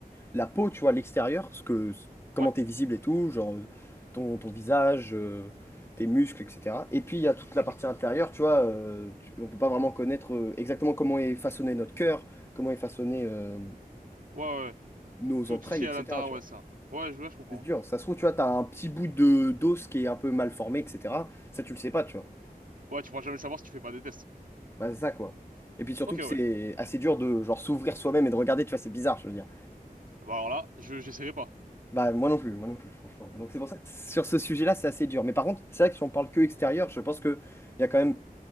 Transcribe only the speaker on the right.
Ouais.
Mhm.
Ouais, ouais,
ouais. Tout,
tout ce qui est
à l'intérieur,
ouais,
ça. Ouais, je, ouais, je comprends.
Ouais,
Ouais, tu pourras jamais le savoir si tu fais pas des tests.
Ok,
ouais.
Ah Bah alors là, je, j'essaierai pas.